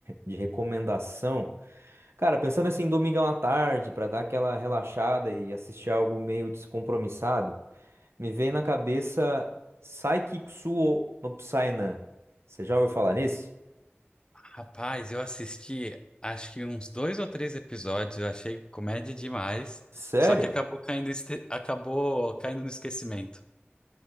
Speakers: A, on the right; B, on the left.
A: de recomendação. Cara, pensando assim, domingão à tarde, pra dar aquela relaxada e assistir algo meio descompromissado, me veio na cabeça Saikikusuo no Psyna. Você já ouviu falar nesse?
B: Rapaz, eu assisti acho que uns dois ou três episódios, eu achei comédia demais,
A: Sério?
B: só que acabou caindo, este- acabou caindo no esquecimento.